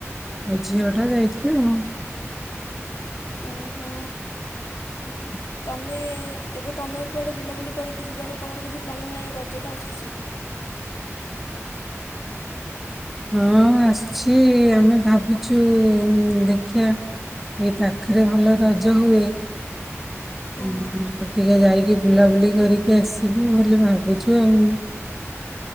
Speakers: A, in the centre; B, on the left.
A: ଆଉ ଝିଅ ଟା ଯାଇଥିଲେ ଆଉ।
B: ଓହୋ। ଆଉ
A: <inaudible>
B: ତମେ ଏବେ ତମେ କୁଆଡେ ବୁଲାବୁଲି କରିକି ଯିବାର ତମର କିଛି ପ୍ଲାନିଂ ନାହିଁ? ରଜ ତ ଆସୁଚି।
A: ହଁ ଆସୁଛି ଆମେ ଭାବୁଛୁ ଦେଖିଆ ଏଇପାଖରେ ଭଲ ରଜ ହୁଏ।
B: ହଁ
A: ହୁଁ ଆଉ ଟିକିଏ ଯାଇକି ବୁଲାବୁଲି କରିକି ଆସିବୁ ବୋଲି ଭାବୁଛୁ ଆଉ।